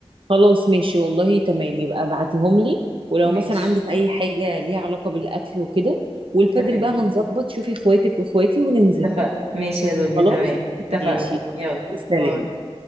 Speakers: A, on the right; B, on the right.
A: خلاص ماشي والله تمام يبقى ابعتيهم لي ولو
B: <laughs> ماشي
A: مثلا عندك أي حاجة ليها علاقة بالأكل وكده والبادل
B: تمام
A: بقى هنظبط شوفي اخواتك واخواتي وننزل
B: اتفقنا ماشي يا دنيا
A: خلاص
B: تمام اتفقنا
A: ماشي
B: يلا
A: سلام
B: باي